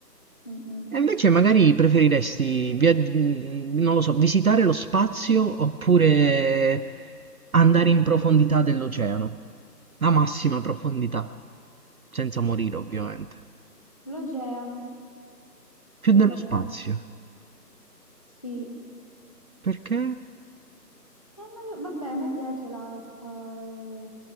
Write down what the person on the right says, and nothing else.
E invece magari preferiresti, viaggi- mm, non lo so, visitare lo spazio oppure andare in profondità dell'oceano, la massima profondità, senza morire ovviamente.
Più
dello spazio,
perché?